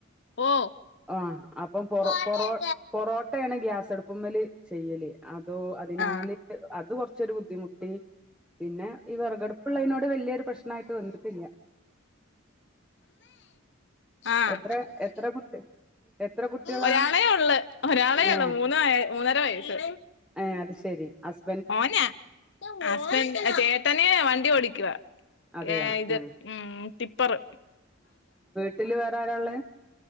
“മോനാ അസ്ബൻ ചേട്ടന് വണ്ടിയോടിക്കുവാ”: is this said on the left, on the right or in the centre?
Left